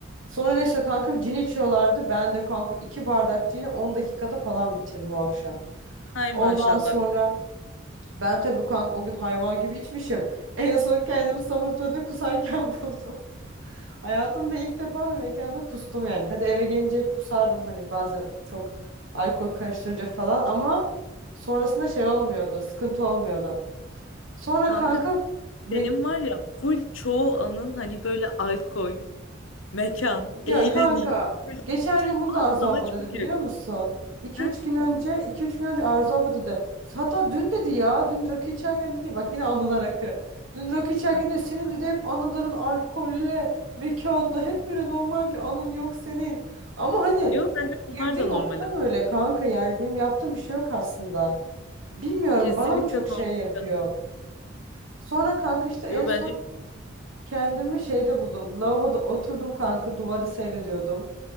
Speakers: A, on the right; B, on the left.
A: Sonra neyse kanka cin içiyorlardı. Ben de kanka iki bardak cini 10 dakikada falan bitirdim o akşam.
B: Hay
A: Ondan
B: maşallah.
A: sonra ben tabii kanka o gün hayvan gibi içmişim. En son kendimi sabun tuvaletinde kusarken <laughs> buldum. Hayatımda ilk defa bir mekanda kustum yani. Hadi eve gelince kusardım hani bazen çok alkol karıştırınca falan ama sonrasında şey olmuyordu, sıkıntı olmuyordu. Sonra
B: Kanka
A: kanka me
B: senin var ya full çoğu anın hani böyle alkol, mekan,
A: Ya
B: eğleniş.
A: kanka
B: Full
A: geçen gün bunu da Arzu
B: Sana
A: abla
B: çok
A: dedi biliyor
B: yakın.
A: musun? 2
B: Ha?
A: üç gün önce iki üç gün önce Arzu abla dedi. Hatta dün dedi ya dün rakı içerken dedi bak yine anılar rakı. Dün rakı içerken
B: Ha.
A: de senin
B: ha.
A: dedi hep anıların alkolle mekanla hep böyle normal bir anın yok senin. Ama hani
B: Yok bence bunlar
A: girdiğim
B: da normal.
A: ortam öyle kanka yani benim yaptığım bir şey yok aslında. Bilmiyorum
B: Kesinlikle
A: bana mı çok
B: normal.
A: şey yapıyor.
B: canım.
A: Sonra kanka işte en
B: Yo
A: son
B: bence
A: Kendimi şeyde buldum. Lavaboda oturdum kanka duvarı seyrediyordum.